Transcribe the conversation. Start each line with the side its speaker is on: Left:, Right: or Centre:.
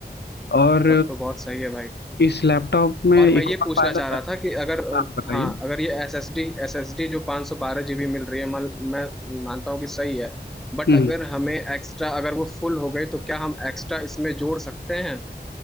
Left: और
Centre: तब तो बहुत सही है भाई
Left: इस लैपटॉप में
Centre: और
Left: एक
Centre: मैं ये
Left: और
Centre: पूछना
Left: फायदा
Centre: चाह रहा
Left: है
Centre: था कि अगर अ,
Left: हाँ बताइए
Centre: हाँ अगर ये एस एस डी एस एस डी जो पाँच सौ बारह जी बी मिल रही है मान मैं मानता हूँ कि सही है बट
Left: हम्म
Centre: अगर हमें एक्स्ट्रा अगर वो फुल हो गई तो क्या हम एक्स्ट्रा इसमें जोड़ सकते हैं